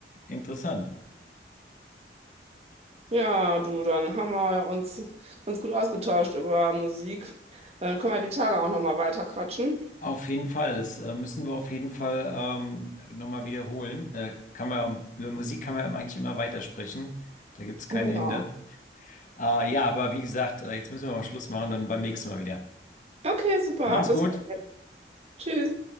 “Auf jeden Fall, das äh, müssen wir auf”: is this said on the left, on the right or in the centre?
Left